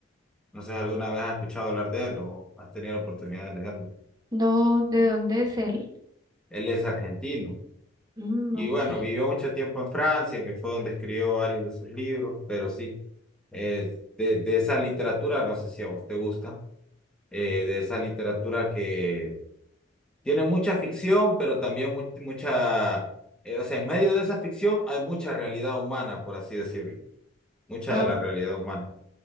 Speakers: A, in the centre; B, on the right.
A: No sé si alguna vez has escuchado hablar de él o has tenido la oportunidad de leerlo.
B: No, ¿de dónde es él?
A: Él es argentino
B: Mm,
A: y
B: ok.
A: bueno, vivió mucho tiempo en Francia, que fue donde escribió varios de sus libros, pero sí, eh, de, de esa literatura, no sé si a vos te gusta. eh, de esa literatura que tiene mucha ficción, pero también mu- mucha, eh, o sea, en medio de esa ficción hay mucha realidad humana, por así decirlo, mucha
B: Wow,
A: de la realidad humana.